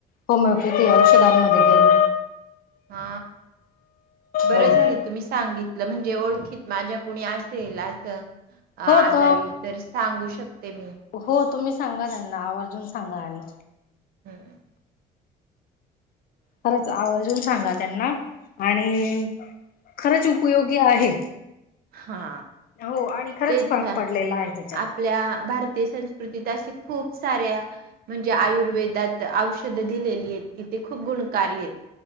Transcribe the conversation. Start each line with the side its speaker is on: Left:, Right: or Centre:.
Left: होम किती औषधांमध्ये गेल
Right: हा बरं
Left: हो
Right: झालं तुम्ही सांगितलं म्हण जे ओळखीत माझ्या कुणी असेल असं. अ, आजारी
Left: हो त
Right: तर सांगू शकते मी.
Left: हो तुम्ही सांगा त्यांना आवर्जून सांगा आणि
Right: हम्म
Left: खरंच आवर्जून सांगा त्यांना आणि खरंच उपयोगी आहे.
Right: हा
Left: हो आणि खरंच
Right: तेच
Left: फरक पडलेला आहे त्याच्या
Right: आपल्या भारती ते संस्कृतीत असे खूप साऱ्या म्हणजे आयुर्वेदात औषधं दिलेली आहेत. की ते खूप गुणकार आहेत.